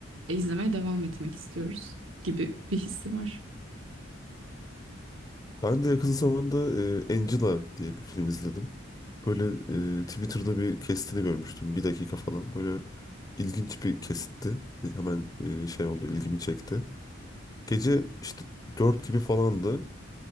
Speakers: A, on the right; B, on the left.
A: e, izlemeye devam etmek istiyoruz gibi bir hissi var.
B: Ben de yakın zamanda e, Angela diye bir film izledim. Böyle e, Twitter'da bir kestini görmüştüm. Bir dakika falan. Böyle ilginç bir kesitti. Hemen e, şey oldu, ilgimi çekti. Gece işte dört gibi falandı.